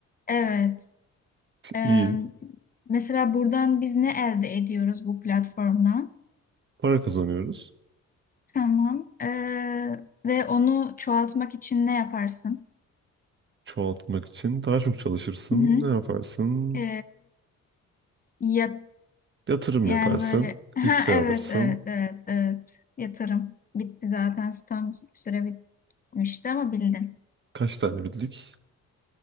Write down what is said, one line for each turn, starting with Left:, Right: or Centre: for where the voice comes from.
Left: Evet. E,
Right: İyi.
Left: mesela buradan biz ne elde ediyoruz bu platformdan?
Right: Para kazanıyoruz.
Left: Tamam. E, ve onu çoğaltmak için ne yaparsın?
Right: çoğaltmak için daha çok çalışırsın.
Left: Hı hı.
Right: Ne yaparsın?
Left: E, ya
Right: Yatırım
Left: Yani
Right: yaparsın.
Left: böyle ha
Right: Hisse
Left: evet
Right: alırsın.
Left: evet evet evet yatırım bitti zaten tam süre bitmişti ama bildin.
Right: Kaç tane bildik?